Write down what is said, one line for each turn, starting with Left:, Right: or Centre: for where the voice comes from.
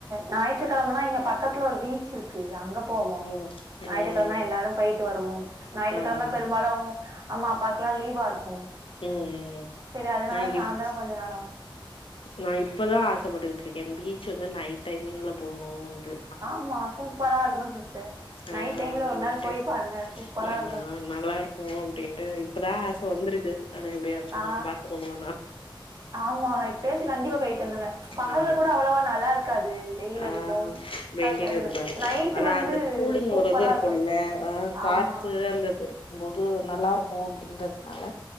Right: ஞாயிற்றுக்கிழமனா இங்க பக்கத்துல ஒரு பீச் இருக்கு இருக்கு அங்க போவோம்
Left: ம் ம்
Right: ஞாயிறுக்கிழம எல்லாரும் பேயிட்டு வருவோம் ஞாயிற்றுக்கிழம
Left: ஆ
Right: பெரும்பாலும்
Left: ம்
Right: அம்மா அப்பா கெல்லா லீவா இருக்கும்
Left: ம்
Right: சேரி அதனால
Left: நா இப்
Right: சாயந்திரம் கொஞ்ச நேரம்
Left: நா இப்பதா ஆசப்பட்டுக்கிட்டு இருக்கே பீச்சுக்கு நைட் டைமிங்ல போணும்ன்ட்டு
Right: ஆமா சூப்பரா இருக்கும் சிஸ்டர்
Left: ஆ
Right: நைட் டைம்ல
Left: அது
Right: ஒரு நாள்
Left: டைம்
Right: போயி பாருங்க சூப்பரா
Left: ஆ
Right: இருக்கும்
Left: நல்லா இருக்கும் அப்டின்ட்டு இப்பதா ஆச வந்திருக்கு அத எப்படியாச்சும்
Right: ஆ
Left: பாத்துக்கண்ணுனா
Right: ஆமா இப்பயசு கண்டிப்பா போயிட்டு இருந்துங்க பகல்லல
Left: ஆ
Right: கூட அவ்வளவா நல்லா இருக்காது வெயில்
Left: ஆ
Right: அடிக்கும்
Left: வெயில
Right: கரெக்டா
Left: இருந்த
Right: நைட்டு
Left: அதா
Right: வந்து
Left: அந்த கூலிங்
Right: சூப்பரா
Left: ஒரு இது இருக்கும்ல
Right: இருக்கும்
Left: ஆ காத்து
Right: ஆமா
Left: அந்த இது இருக்கும் போது நல்லா இருக்கும் அப்படிங்கதுனால